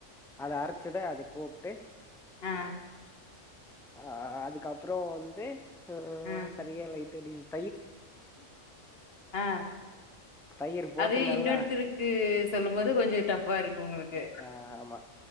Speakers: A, in the centre; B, on the left.
A: அத அரைச்சத அதை போட்டு
B: ஆ
A: அ அதுக்கப்புறோ வந்து அ
B: ஆ
A: சரியா லைட்டா டிகிரி
B: ஆ
A: தயிர் போட்டு
B: அதையு
A: நல்லா
B: இன்னொருத்தருக்கு சொல்லும் போது கொஞ்சோ டஃபா இரு க்கு
A: ஆ ஆமா